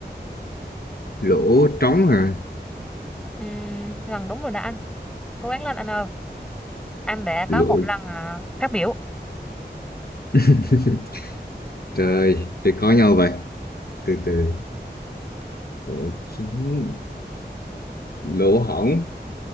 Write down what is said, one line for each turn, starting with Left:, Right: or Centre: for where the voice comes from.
Left: lỗ trống hả
Centre: Ừm, lần đúng rồi đã anh cố gắng lên anh ơi anh đã
Left: lỗ
Centre: có một lần à, phát biểu
Left: <laughs> trời thì khó nhau vậy từ từ lỗ trống lỗ hổng